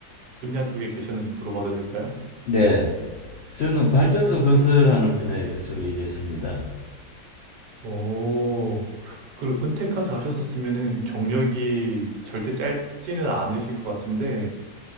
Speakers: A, on the right (about 70°); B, on the left (about 80°).
A: 분야 쪽에 계셨는지 물어봐도 될까요?
B: 네. 저는 발전소 건설하는 분야에서 주로 일했습니다.
A: 오, 그리고 은퇴까지 하셨었으면은 경력이 절대 짧지는 않으실 것 같은데